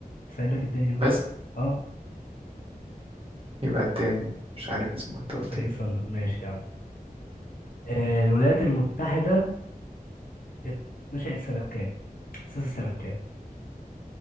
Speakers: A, on the left; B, on the right.
A: سهل لك الدنيا اهو
B: بس.
A: اه
B: يبقى التاني مش عارف اسمه انت قلت
A: ألكسندر
B: ايه
A: ماشي يا عم آه الولايات المتحدة ات- نشأت سنة كام؟ أسست سنة كام؟